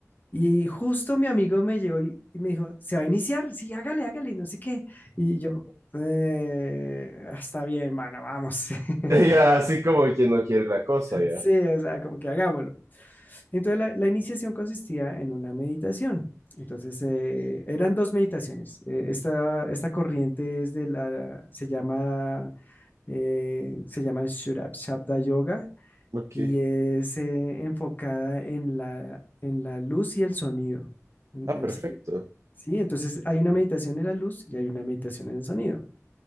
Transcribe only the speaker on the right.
Ya, así como quien no quiere la cosa, ya.
Ok.
Ah,
perfecto.